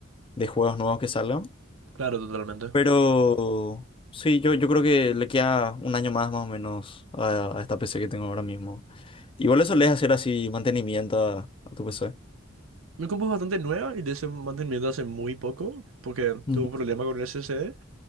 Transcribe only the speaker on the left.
de juegos nuevos que salgan.
Pero sí, yo, yo creo que le queda un año más más o menos a, a esta PC que tengo ahora mismo. Igual eso le hacer así mantenimiento a, a tu PC.
Ujú.